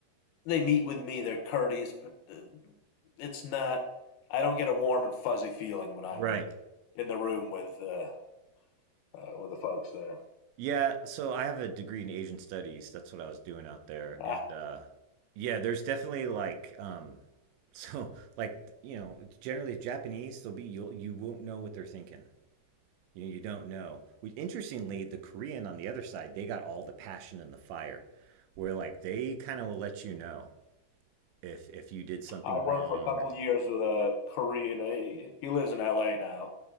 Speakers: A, on the left; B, on the right.
A: they meet with me. They're courteous, but uh, it's not. I don't get a warm and fuzzy feeling when I'm
B: Right.
A: in the room with uh, uh, with the folks there.
B: Yeah, so I have a degree in Asian studies. That's what I was doing out there.
A: Uh,
B: And uh yeah, there's definitely like um so <laughs> like you know, generally Japanese, they'll be you'll you won't know what they're thinking. You know, you don't know. Which interestingly, the Korean on the other side, they got all the passion and the fire where like they kind of will let you know if if you did something
A: I worked
B: wrong
A: for a couple
B: or
A: years with a Korean. He he lives in L.A. now.